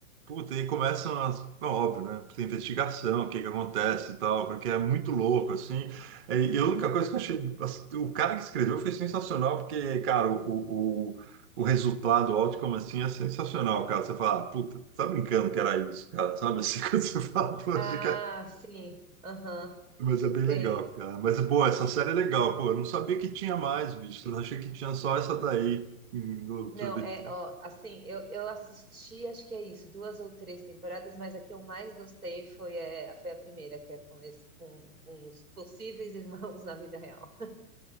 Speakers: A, on the right; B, on the right.
A: Puta, E começam as. Bom, Óbvio, né? Tem investigação, o que que acontece e tal, porque é muito louco, assim. É, E a única coisa que eu achei. as- O cara que escreveu foi sensacional, porque, cara, o, o, o o resultado, o outcome, assim, é sensacional, cara. Você fala, "Ah, puta, tá brincando que era isso, cara, sabe? Assim, <laughs> quando você fala, poxa,
B: Ah, sim, aham.
A: mas é bem
B: Sim.
A: legal, cara. Mas, pô, essa série é legal, pô. Eu não sabia que tinha mais, bicho. Eu achei que tinha só essa daí. hum, do- do-
B: Não, é, ó, assim, eu, eu assisti, acho que é isso, duas ou três temporadas, mas a que eu mais gostei foi, é, foi a primeira, que é com, esse, com, com os possíveis irmãos <laughs> na vida real. <laughs>